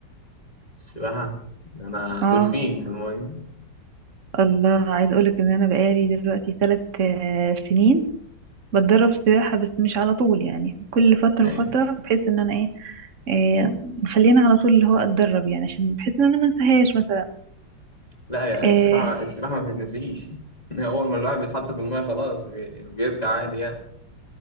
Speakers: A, on the left; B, on the right.
A: السباحة ده أنا
B: اه
A: دولفين في المية
B: الله عايز اقولك ان انا بقالي دلوقتي ثلاث سنين بتدرب سباحة بس مش على طول يعني كل فترة
A: أيوة
B: وفترة بحيث ان انا ايه, إيه مخليني على طول اللي هو اتدرب يعني عشان بحيث ان انا ما انساهاش مثلا
A: لا يا
B: آه
A: السباحة السباحة ما بتتنسيش <laughs> أول ما الواحد بيتحط في المية خلاص بي- بيرجع عادي يعني